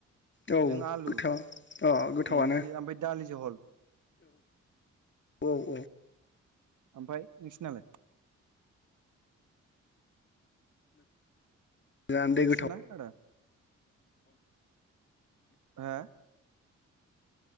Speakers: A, on the left; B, on the right.
A: औ
B: जों आलु
A: गोथाव अ गोथावानो
B: बेनोसै ओमफ्राय दालि जहल
A: औ औ औ।
B: ओमफ्राय नोंसिनालाय।
A: मोजाङानो दे
B: नोंसिना
A: गोथाव
B: आदा हा